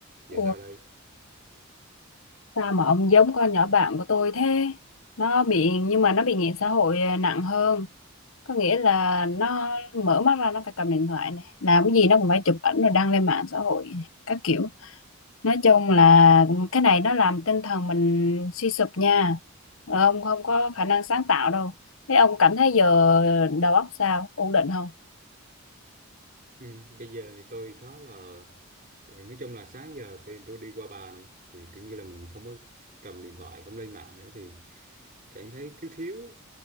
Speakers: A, on the right; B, on the left.
A: Giờ
B: Ủa,
A: sao đây?
B: sao mà ông giống con nhỏ bạn của tôi thế? Nó bị nhưng mà nó bị nghiện xã hội à, nặng hơn. Có nghĩa là nó mở mắt ra nó phải cầm điện thoại này, làm cái gì nó cũng phải chụp ảnh rồi đăng lên mạng xã hội này, các kiểu. Nói chung là cái này nó làm tinh thần mình suy sụp nha. Ờ, Ông không có khả năng sáng tạo đâu. Thế ông cảm thấy giờ đầu óc sao? Ổn định không?
A: Ừ, bây giờ thì tôi khá là nói chung là sáng giờ bên tôi đi qua bà này thì kiểu như là mình không có cầm điện thoại không lên mạng nữa thì cảm thấy thiếu thiếu